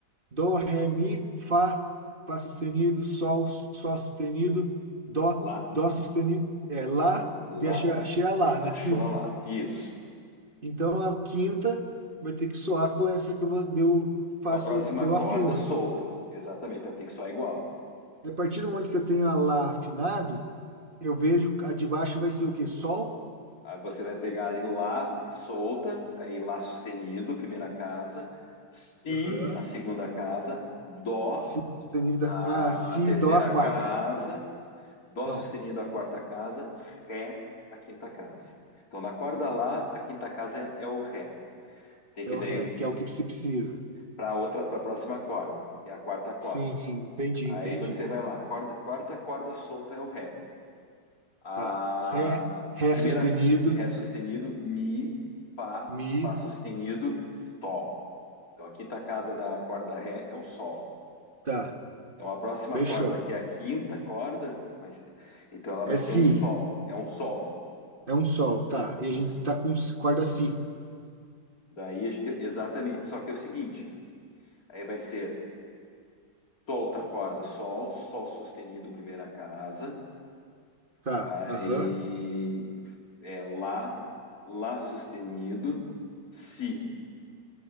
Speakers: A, on the right; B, on the left.
A: Dó, Ré, Mi, Fá, Fá sustenido, Sol, Sol sustenido, Dó,
B: Lá.
A: Dó sustenido, é Lá, daí
B: Lá.
A: achei, achei a Lá
B: Achou
A: na quinta.
B: a lá. Isso.
A: Então a quinta vai ter que soar com essa que eu vou, daí eu faço,
B: Com a próxima
A: daí
B: corda
A: eu afino.
B: solta. Exatamente. Ela tem que soar igual.
A: E a partir do momento que eu tenho a lá afinado, eu vejo a de baixo vai ser o quê? Sol?
B: Aí você vai pegar aí lá solta, aí lá sustenido, primeira casa, si,
A: Aham.
B: a segunda casa, dó,
A: Si sustenida.
B: a
A: Ah, si,
B: terceira
A: dó a quarta.
B: casa, Dó
A: Não,
B: sustenido a quarta casa, Ré a quinta casa. Então, na corda Lá, a quinta casa é, é o Ré. Tem que
A: é o
B: daí
A: ré, que é o que se precisa.
B: para outra, para a próxima corda, que é a quarta corda.
A: Sim, entendi,
B: Aí
A: entendi.
B: você vai lá, corda, quarta corda solta é o Ré. A
A: Tá. Ré, ré
B: primeira
A: sustenido,
B: Ré sustenido, Mi, Fá,
A: mi.
B: Fá sustenido, Sol. Então, a quinta casa da corda Ré é o Sol.
A: Tá,
B: Então, a próxima
A: fechou.
B: corda, que é a quinta corda, mas então ela
A: É
B: vai ser
A: si,
B: um Sol. É um Sol.
A: é um sol, tá. E a
B: Um,
A: gente tá com s- corda si.
B: Daí a gente, exatamente, só que é o seguinte, aí vai ser solta a corda sol, sol sustenido primeira casa,
A: Tá,
B: aí
A: aham,
B: é lá, lá sustenido, si.